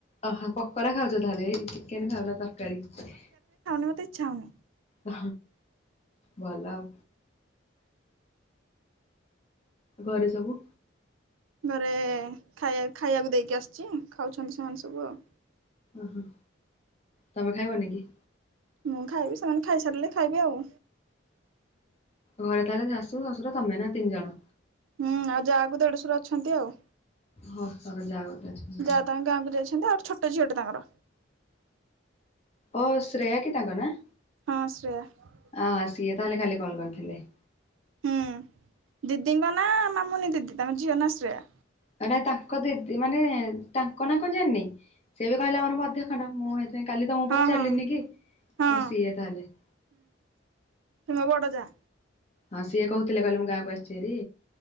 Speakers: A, on the left; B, on the right.
A: ଅହ ପକଡ଼ା ଖାଉଛ ତାହଲେ, ଚିକେନ ଖାଉନ ତରକାରୀ।
B: ମୋତେ ଇଛା ହଉନି।
A: ଅ ଭଲ ଆଉ। ଘରେ ସବୁ
B: ଘରେ ଖାଇ ଖାଇବାକୁ ଦେଇକି ଆସିଛି, ଖାଉଛନ୍ତି ସେମାନେ ସବୁ ଆଉ।
A: ଓହୋ, ତମେ ଖାଇବନି କି?
B: ମୁଁ ଖାଇବି, ସେମାନେ ଖାଇସାରିଲେ ଖାଇବି ଆଉ
A: ଘରେ ତାହେଲେ ଶାଶୁ ଶ୍ୱଶୁର ତମେ ନା ତିନି ଜଣ?
B: ହୁଁ ଆଉ ଯାହାକୁ ଦେଢଶର ଅଛନ୍ତି ଆଉ
A: ହଁ ତର ଜାଗାଗଟା <unintelligible>
B: ଯା ତାଙ୍କ ଗାଁକୁ ଯାଇଛନ୍ତି ଆଉ ଛୋଟ ଝିଅଟେ ତାଙ୍କର
A: ଓ ଶ୍ରେୟା କି ତାଙ୍କ ନା
B: ହଁ ଶ୍ରେୟା ।
A: ଆ ସିଏ ତାହେଲେ କାଲି କଲ୍ କରିଥିଲେ ।
B: ହୁଁ, ଦିଦିଙ୍କ ନା -ମାମୁନି ଦିଦି, ତାଙ୍କ ଝିଅ ନା ଶ୍ରେୟା।
A: ମ <unintelligible> ତାଙ୍କ ଦିଦି ମାନେ ତାଙ୍କ ନାଁ କଣ ଜାଣିନି, ସେ ବି କହିଲା ଆମର ମଧ୍ୟ ଖଣ୍ଡ ମୁଁ କାଲି ତମକୁ
B: ହଁ
A: ପଚାରିଲିନି
B: ହଁ
A: କି -ଆଉ
B: ହଁ
A: ସିଏ ତାହେଲେ ।
B: ତମ ବଡ ଯା
A: ହଁ ସିଏ କହୁଥିଲେ କହିଲେ ମୁଁ ଗାଁକୁ ଆସିଛି ହାରି